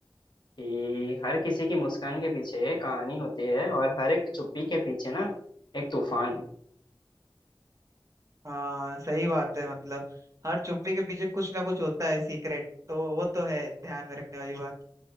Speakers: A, on the left; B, on the right.
A: कि हर किसी की मुस्कान के पीछे एक कहानी होती है और हर एक चुप्पी के पीछे ना एक तूफान
B: हाँ सही बात है मतलब हर चुप्पी के पीछे कुछ ना कुछ होता है सीक्रेट तो वो तो है ध्यान में रखने वाली बात